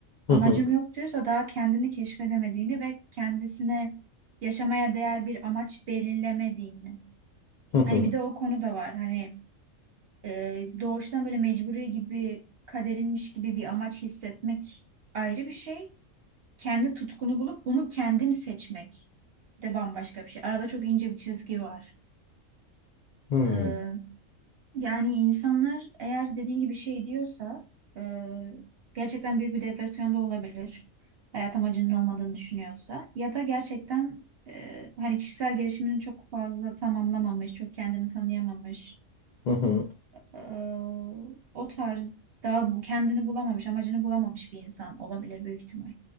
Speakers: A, on the left (about 75°); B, on the right (about 60°).
A: Hı
B: Amacım
A: hı,
B: yok diyorsa daha kendini keşfedemediğini ve kendisine yaşamaya değer bir amaç belirlemediğini.
A: hı hı,
B: Hani bir de o konu da var. Hani e, doğuştan böyle mecburi gibi kaderinmiş gibi bir amaç hissetmek ayrı bir şey. Kendi tutkunu bulup bunu kendin seçmek de bambaşka bir şey. Arada çok ince bir çizgi var.
A: hı hı,
B: E, yani insanlar eğer dediğin gibi şey diyorsa e, gerçekten büyük bir depresyonda olabilir. Hayat amacının olmadığını düşünüyorsa ya da gerçekten e, hani kişisel gelişimini çok fazla tamamlamamış, çok kendini tanıyamamış
A: hı hı.
B: Ee, o tarz daha kendini bulamamış, amacını bulamamış bir insan olabilir büyük ihtimal.